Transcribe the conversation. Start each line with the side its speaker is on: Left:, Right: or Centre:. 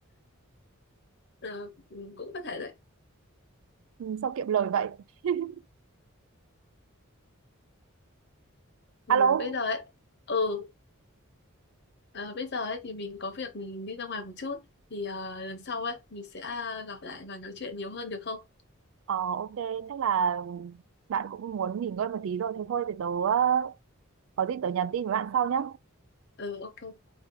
Left: ờ, ừ, cũng có thể đấy
Right: ừ, sao kiệm lời vậy <laughs>
Left: ừ,
Right: alo
Left: bây giờ ấy ừ ờ, bây giờ ấy thì mình có việc mình đi ra ngoài một chút thì ờ, lần sau ấy mình sẽ gặp lại và nói chuyện nhiều hơn được không
Right: ờ ok chắc là bạn cũng muốn nghỉ ngơi một tí rồi thế thôi thì tớ ờ, có gì tớ nhắn tin với bạn sau nhé
Left: ừ ok